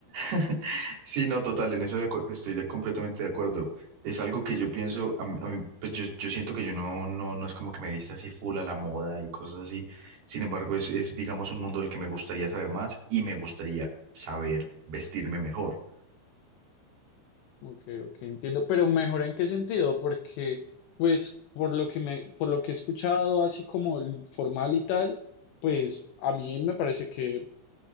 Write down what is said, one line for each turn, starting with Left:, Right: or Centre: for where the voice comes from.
Right: <laughs> Sí, no, total, en eso de acuer- estoy de- completamente de acuerdo. Es algo que yo pienso, a mí- a mí, pues yo, yo siento que yo no, no, no es como que me vista así full a la moda y cosas así. Sin embargo, es, es, digamos, un mundo del que me gustaría saber más y me gustaría saber vestirme mejor.
Left: Ok, ok, entiendo, pero mejor en qué sentido, porque pues por lo que me, por lo que he escuchado así como el formal y tal, pues a mí me parece que,